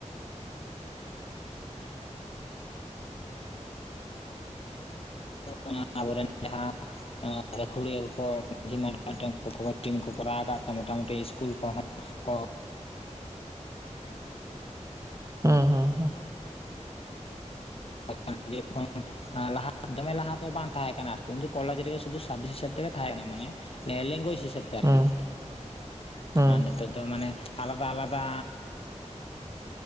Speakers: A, on the left (about 50°); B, on the right (about 25°).
A: <inaudible> ᱟᱵᱚ ᱨᱮᱱ ᱡᱟᱦᱟᱸ, ᱜᱟᱹᱠᱷᱩᱲᱤᱭᱟᱹ ᱠᱚᱠᱚ ᱢᱟᱡᱷᱤ ᱢᱮᱫᱴᱟᱝ ᱴᱤᱢ ᱠᱚ ᱠᱚᱨᱟᱣ ᱟᱠᱟᱫ ᱛᱮ ᱢᱚᱴᱟᱢᱩᱴᱤ ᱤᱥᱠᱩᱞ ᱠᱚᱦᱚᱸ, ᱠᱚ,
B: ᱦᱩᱸ ᱦᱩᱸ ᱦᱩᱸ,
A: <inaudible> ᱞᱟᱦᱟ ᱫᱚᱢᱮ ᱞᱟᱦᱟ ᱛᱮᱦᱚᱸ ᱵᱟᱝ ᱛᱟᱦᱮᱸ ᱠᱟᱱᱟ ᱟᱨᱠᱤ ᱩᱱᱫᱚ ᱠᱚᱞᱮᱡᱽ ᱨᱮ ᱜᱮ ᱥᱩᱫᱩ ᱥᱟᱵᱽᱡᱮᱠᱴ ᱦᱤᱥᱟᱹᱵ ᱛᱮᱜᱮ ᱛᱟᱦᱮᱸ ᱠᱟᱱᱟ ᱢᱟᱱᱮ, ᱞᱮᱝᱜᱩᱭᱮᱡ ᱦᱤᱥᱟᱹᱵ ᱛᱮ
B: ᱦᱩᱸ
A: ᱟᱨᱠᱤ,
B: ᱦᱩᱸ
A: ᱟᱨ ᱱᱤᱛᱚᱜ ᱫᱚ ᱢᱟᱱᱮ ᱟᱞᱟᱫᱟ ᱟᱞᱟᱫᱟ,